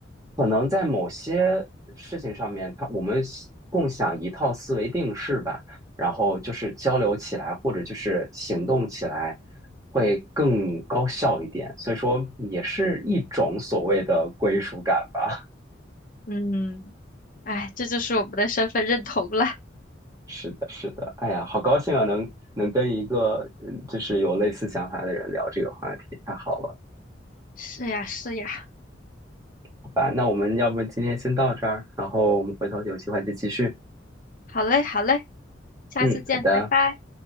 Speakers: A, on the right (about 20°); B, on the left (about 45°).
A: 可能在某些事情上面，他我们共享一套思维定式吧，然后就是交流起来或者就是行动起来。会更高效一点，所以说也是一种所谓的归属感吧。
B: 嗯，哎，这就是我们的身份认同了。<laughs>
A: <laughs> 是的，是的，哎呀，好高兴啊，能能跟一个嗯，就是有类似想法的人聊这个话题，太好了，
B: 是呀，是呀。
A: 好吧？那我们要不今天先到这儿，然后我们回头有机会再继续。
B: 好嘞，好嘞，下次见，
A: 嗯，好的，
B: 拜拜。